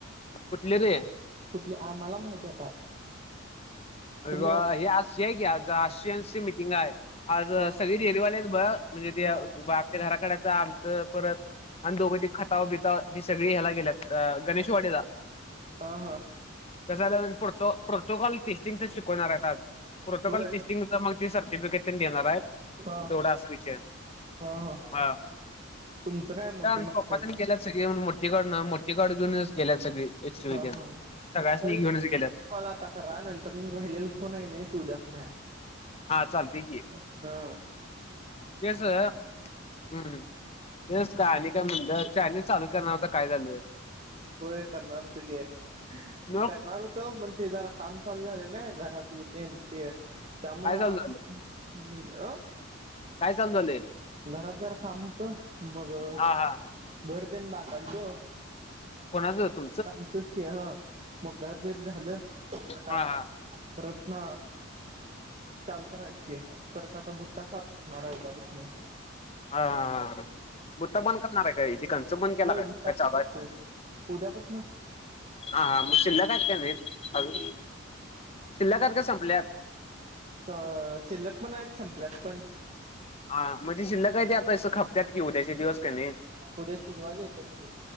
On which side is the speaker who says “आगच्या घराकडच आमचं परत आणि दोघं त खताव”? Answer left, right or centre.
Left